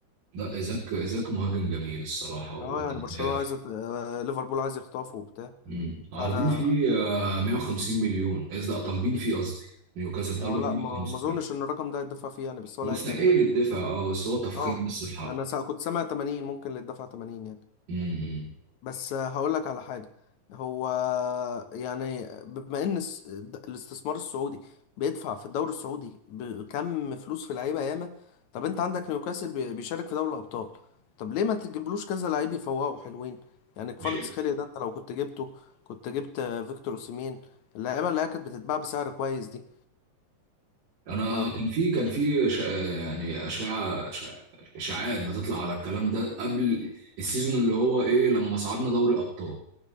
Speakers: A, on the right; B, on the left.
A: لا ايزاك ايزاك مهاجم جميل الصراحه وهداف
B: اه يعني برشلونه عايزه ت- آه، ليفربول عايز يخطفه وبتاع
A: مم. عارضين
B: فانا
A: فيه آه، 150 مليون قصدي آه، طالبين فيه قصدي نيوكاسل طالبه
B: اه لا
A: فيه 150
B: ما ما اظنش ان الرقم ده يتدفع فيه يعني بس هو
A: مستحيل
B: لعيب جميل
A: يدفع اه بس هو تفخيم
B: اه
A: بس في حقه
B: انا سا... كنت سامع 80 ممكن اللي يتدفع 80 يعني
A: مم.
B: بس هقول لك على حاجة هو يعني بما ان الس- الاستثمار السعودي بيدفع في الدوري السعودي بكم فلوس في لعيبة ياما طب انت عندك نيوكاسل بي- بيشارك في دوري الابطال طب ليه ما تجيبلوش كذا لعيب يفوقوا حلوين يعني كفارة
A: مش
B: سخيليا ده انت لو كنت جبته كنت جبت فيكتور اوسيمين اللعيبة اللي هي كانت بتتباع بسعر كويس دي
A: انا
B: ما كنت
A: كان في كان في شا... يعني اشاعه أشاعة- اشاعات بتطلع على الكلام ده قبل السيزون اللي هو ايه لما صعدنا دوري ابطال